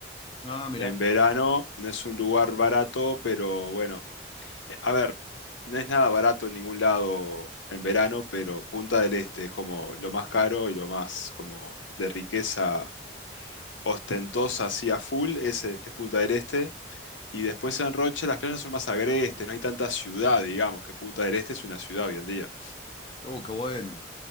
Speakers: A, on the left; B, on the left.
A: Ah, mirá.
B: En verano no es un lugar barato, pero bueno, eh, a ver, no es nada barato en ningún lado en verano, pero Punta del Este es como lo más caro y lo más como de riqueza ostentosa así a full, ese es Punta del Este. Y después en Rocha las playas son más agrestes, no hay tanta ciudad, digamos, que Punta del Este es una ciudad hoy en día.
A: Uh, qué bueno,